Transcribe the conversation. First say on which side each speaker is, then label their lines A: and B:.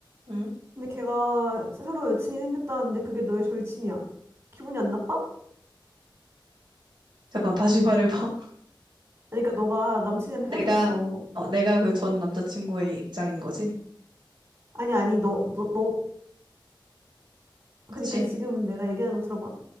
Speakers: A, on the right (about 65°); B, on the right (about 35°).
A: 응?
B: 근데 걔가 새로 여친이 생겼다는데 그게 너의 절친이야. 기분이 안 나빠?
A: 잠깐 다시 말해봐. <laughs>
B: 아니, 그러니까 너가 남친이랑 헤어졌어.
A: 내가 어, 내가 그 전 남자친구의 입장인 거지?
B: 아니, 아니, 너, 너, 너. 그러니까
A: 그치?
B: 지금 내가 얘기하는 거 들어봐.